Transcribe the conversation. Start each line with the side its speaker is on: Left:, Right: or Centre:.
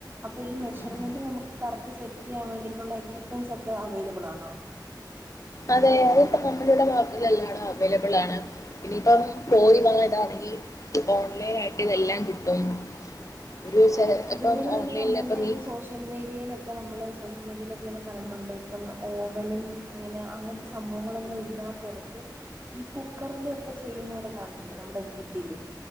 Right: അപ്പൊ ഈ മെഷർമെന്റ്
Left: ഉം.
Right: നമുക്ക് കറക്റ്റ് സെറ്റ് ചെയ്യാൻ വേണ്ടിട്ടുള്ള എക്യുപ്മെന്റ്സ് ഒക്കെ അവൈലബിൾ ആണോ?
Left: അതെ അത്പ്പ കമ്പനിയുടെ മാർക്കറ്റിൽ എല്ലാടും അവൈലബിൾ ആണ് ഇനിയിപ്പം പോയി വാങ്ങ ഇതാണെങ്കി ഓൺലൈൻ ആയിട്ട് ഇതെല്ലാം കിട്ടും. ഒരു ചെ
Right: അതുപോലെ
Left: ഇപ്പം
Right: തന്നെ
Left: ഓൺലൈനിൽ
Right: നമ്മൾടെ
Left: ഇപ്പം നീ
Right: ഈ സോഷ്യൽ മീഡിയയിലൊക്കെ നമ്മള് സോഷ്യൽ മീഡിയയിലൊക്കെങ്ങനെ <unintelligible> ഇപ്പം ഓവനും അങ്ങനെ അങ്ങനത്തെ സംഭവങ്ങളൊന്നും ഇല്ലാത്തവർക്ക് ഈ കുക്കറിലൊക്കെ ചെയ്യുന്നവരെ കണ്ടില്ലേ നമ്മടെ വീട്ടില്